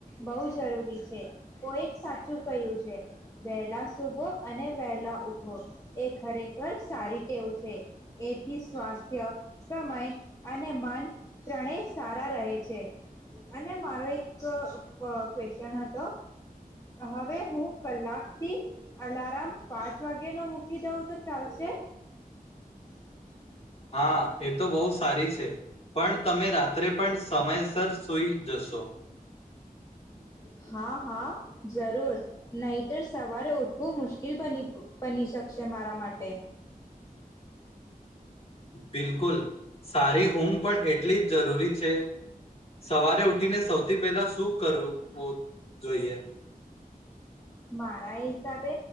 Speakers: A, on the left (about 20°); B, on the left (about 40°).
A: બોવ જરૂરી છે. કોઈ એ સાચું કહ્યું છે, વેહલા સુભો અને વેહલા ઉઠો એ ખરેખર સારી ટેવ છે. એથી સ્વાસ્થ્ય, સમય અને મન ત્રણેય સારા રહે છે અને મારો એક અ ક્વેશ્ચન હતો. હવે હું કલાકથી અલારામ પાંચ વાગેનો મૂકી દઉં તો ચાલશે? <inaudible>
B: હા, એ તો બોવ સારી છે. પણ તમે રાત્રે પણ સમયસર સુઈ જશો.
A: હા હા જરૂર, નહીતર સવારે ઉઠવું મુશ્કીલ બની પ બની શકશે મારા માટે.
B: બિલકુલ સારી ઊંઘ પણ એટલી જ જરૂરી છે સવારે ઉઠીને સૌથી પહેલા શું કરવું જોઈએ.
A: મારા હિસાબે